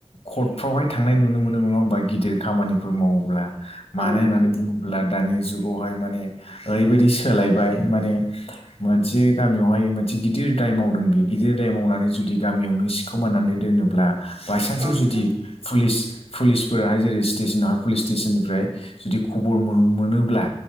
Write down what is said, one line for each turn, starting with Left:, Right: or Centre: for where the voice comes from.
Left: कर्टफ्रावहाय थांनाय नुनो मोनो नङा होमबा गिदिर खामानिफोर मावोब्ला मानो
Right: औ नोंथां
Left: होननानै बुङो ब्ला दानि जुगावहाय माने ओरैबायदि सोलायबाय माने मोनसे गामियावहाय मोनसे गिदिर दाय मावदों बि गिदिर दाय मावनानै जुदि गामियावनो सिखोमानानै दोनोब्ला बायसान्सआव
Right: औ नोंथां
Left: जुदि पुलिस पुलिसफोराहाय जेरै स्टेसनावहाय पुलिस स्टेसननिफ्राय जुदि खबर मोन मोनोब्ला